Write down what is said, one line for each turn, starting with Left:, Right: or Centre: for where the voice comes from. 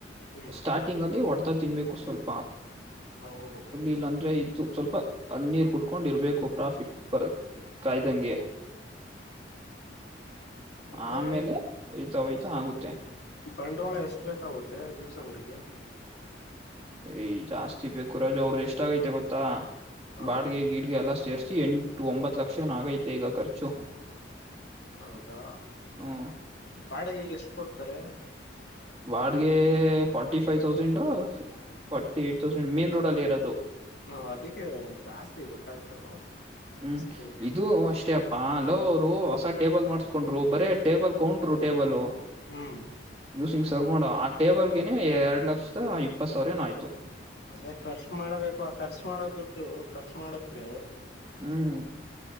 Left: ಹ್ಮ್
Right: ಸ್ಟಾರ್ಟಿಂಗ್ ಅಲ್ಲಿ ಹೊಡೆತಾ ತಿನ್ಬೇಕು ಸ್ವಲ್ಪ
Left: ಹೌದು ಹ್ಮ್
Right: ಇಲ್ಲ ಅಂದ್ರೆ ಇತ್ತು ಸ್ವಲ್ಪ ಅಲ್ಲಿ ನೀರ್ ಕುಡ್ಕೊಂಡ್ ಇರ್ಬೇಕು ಪ್ರಾಫಿಟ್ ಬರಕ್ ಕಾಯ್ದಂಗೆ
Left: ಹ್ಮ್ ಅದೇ
Right: ಆಮೇಲೆ ಹೊಯ್ತಾ ಹೊಯ್ತಾ ಆಗುತ್ತೆ
Left: ಬಂಡವಾಳ ಎಷ್ಟ್ ಬೇಕಾಗುತ್ತೆ ಜ್ಯೂಸ್ ಅಂಗಡಿಗೆ
Right: ಯ್ ಜಾಸ್ತಿ ಬೇಕು ರು ಅವ್ರದ ಎಷ್ಟ ಆಗೈತೆ ಗೊತ್ತಾ
Left: ಹಾ
Right: ಬಾಡ್ಗೆ ಗಿಡ್ಗೆ ಎಲ್ಲಾ ಸೇರ್ಸ ಎಂಟು ಒಂಬತ್ತು ಲಕ್ಷ ಏನ ಆಗೈತೆ ಈಗ ಖರ್ಚು
Left: ಹೌದಾ
Right: ಹ್ಮ್
Left: ಬಾಡಿಗೆಗೆ ಎಷ್ಟು ಕೊಡ್ತಾರೆ
Right: ವಾಡ್ಗೆ forty five thousand forty eight thousand main road ಅಲ್ಲಿ ಇರೋದು
Left: ಹಾ ಅದಕ್ಕೆ ಜಾಸ್ತಿ ಗೊತ್ತಾಯ್ತು
Right: ಹ್ಮ್
Left: ಕೇಳಿದ್ದು.
Right: ಇದು ಅಷ್ಟೇ ಅ ಹಾ ಹಲೋ ಅವರು ಹೊಸ ಟೇಬಲ್ ಮಾಡಿಸಕೊಂಡ್ರು ಬರೇ ಟೇಬಲ್ ಕೌಂಟಟ್ರು ಟೇಬಲು
Left: ಹ್ಮ್
Right: ಯೂಸಿಂಗ್ ಸರ್ವ್ ಮಾಡೋ ಆ ಟೇಬಲ್ ಗೆನೆ ಎರಡ್ ಲಕ್ಷದ ಇಪ್ಪತ್ ಸಾವಿರ ಏನ ಆಯ್ತು
Left: ಅದೇ ಖರ್ಚು ಮಾಡಬೇಕು ಆ ಖರ್ಚು ಮಾಡೋ ದುಡ್ಡು ಖರ್ಚು ಮಾಡುದ್ರ
Right: ಹ್ಮ್